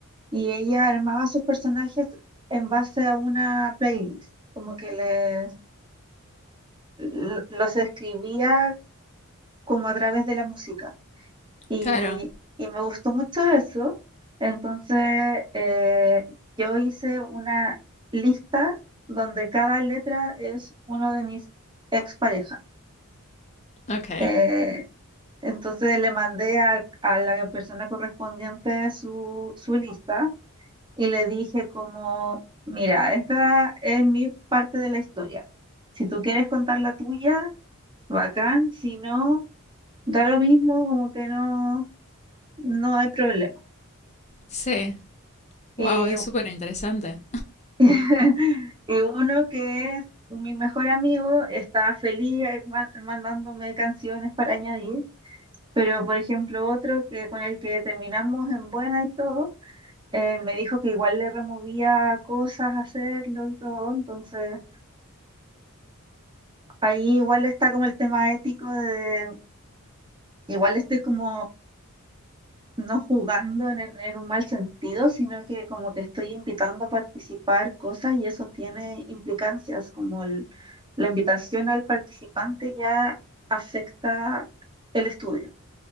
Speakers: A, on the right; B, on the left.
A: Y ella armaba sus personajes en base a una playlist, como que les l- los escribía como a través de la música. Y,
B: Claro,
A: y me gustó mucho eso. Entonces eh, yo hice una lista donde cada letra es uno de mis exparejas.
B: ok.
A: Eh, entonces le mandé a a, la persona correspondiente su, su lista y le dije como, mira, esta es mi parte de la historia. Si tú quieres contar la tuya, bacán, si no, da lo mismo, como que no, no hay problema.
B: Sí,
A: Y,
B: wow, es súper interesante.
A: <laughs> y uno que es mi mejor amigo está feliz eh, ma- mandándome canciones para añadir, pero por ejemplo otro que con el que terminamos en buena y todo, eh, me dijo que igual le removía cosas hacerlo y todo, entonces... Ahí igual está como el tema ético de, igual estoy como no jugando en, el- en un mal sentido, sino que como que estoy invitando a participar cosas y eso tiene implicancias, como el- la invitación al participante ya afecta el estudio.